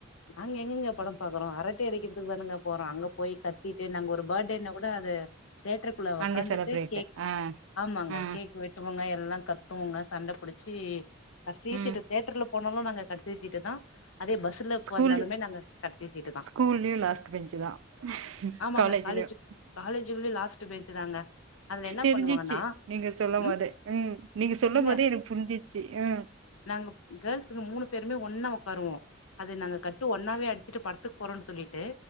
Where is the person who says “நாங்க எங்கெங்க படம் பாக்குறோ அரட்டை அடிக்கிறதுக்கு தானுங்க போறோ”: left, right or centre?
Left